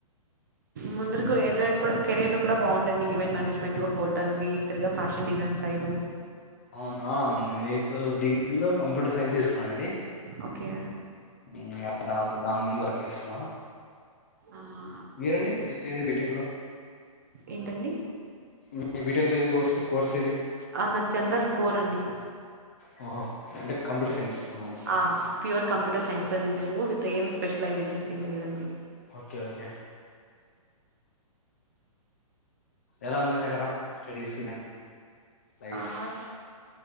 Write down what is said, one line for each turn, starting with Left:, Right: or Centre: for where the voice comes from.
Right: ముందుర్క్ ఏదైన కూడా కెరీర్ లో. కూడా బావుంటండీ ఈవెంట్ మేనేజ్మెంట్ హోటల్వి తిరుగా ఫ్యాషన్ డిజైన్ సైడ్
Left: అవునా ఆ నేన్ ఇప్పుడు డిగి ఇన్లో కంప్యూటర్ సైన్స్ తీసుకున్నానండి
Right: ఓకే
Left: మ్ దాని దన్ ముందు వరకు కేస్తావా.
Right: ఆహ్.
Left: మీరండి మీ బీటెక్ లో.
Right: ఏంటండి
Left: మీ బిటెక్లో కోర్సు కోర్స్ ఏది
Right: ఆ! నాది జనరల్ కోర్ అండి
Left: హా అంటే కంప్యూటర్ సైన్స్ ఓకే
Right: ఆ pure computer science engineering with ఏం స్పెషలైజేషన్స్ ఏమీ లేదండి
Left: ఓకే ఓకే ఎలా ఉందడక్కడ స్టడీస్ లైఫ్
Right: అస్